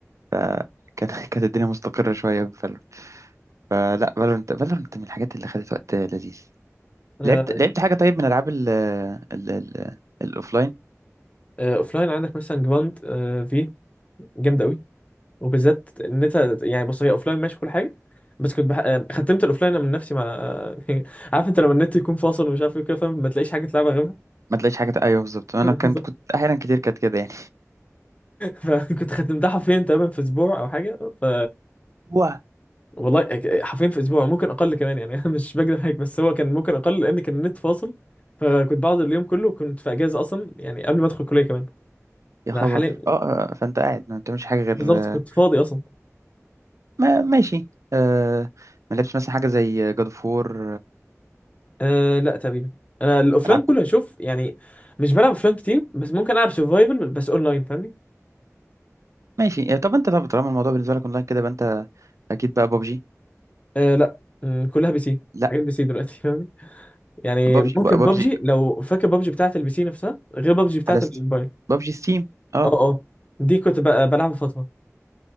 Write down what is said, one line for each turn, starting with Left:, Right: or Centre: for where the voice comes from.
Right: فكان <laughs> كانت الدنيا مستقره شويه بفالورنت فلا فالورنت فالورنت من الحاجات اللي خدت وقت لذيذ
Left: انا
Right: لعبت لعبت حاجه طيب من العاب ال ال ال الاوفلاين
Left: اوف لاين عندك مثلا جراند آه، في جامده قوي وبالذات ان انت يعني بص هي اوف لاين ماشي كل حاجه بس كنت بح... آه، ختمت الاوف لاين من نفسي مع <laughs> عارف انت لما النت يكون فاصل ومش عارف ايه كده فاهم ما تلاقيش حاجه تلعبها غيرها
Right: ما تلاقيش حاجه ايوه بالظبط انا
Left: <laughs>
Right: كنت
Left: بالظبط
Right: كنت احيانا كتير كانت كده يعني
Left: فكنت ختمتها حرفيا تقريبا في اسبوع او حاجه ف
Right: واه
Left: والله حرفيا في اسبوع ممكن اقل كمان يعني <laughs> انا مش بكدب عليك بس هو كان ممكن اقل لان كان النت فاصل فكنت بقعد اليوم كله كنت في اجازه اصلا يعني قبل ما ادخل الكليه كمان
Right: <laughs> يا
Left: انا
Right: خبر
Left: حاليا
Right: اه آه، آه، فانت قاعد ما بتعملش حاجه غير
Left: بالظبط
Right: آه،
Left: كنت فاضي اصلا
Right: ما ماشي آه، ما لعبتش مثلا حاجه زي جاد اوف وور
Left: أه لا تقريبا انا الاوفلاين
Right: العاب
Left: كله هشوف يعني مش بلعب اوفلاين كتير بس ممكن العب سرفايفل بس اونلاين فاهمني
Right: ماشي إيه، طب انت طب طالما الموضوع بالنسبه لك اونلاين كده يبقى انت اكيد بقى ببجي
Left: أه لا م، كلها بي سي
Right: لا
Left: حاجات بي سي دلوقتي <laughs> فاهمني يعني
Right: ببجي
Left: ممكن
Right: ببجي
Left: ببجي لو فاكر ببجي بتاعت البي سي نفسها غير ببجي بتاعت
Right: على ستيم
Left: الموبايل
Right: ببجي ستيم اه
Left: اه اه دي كنت ب- بلعبها فتره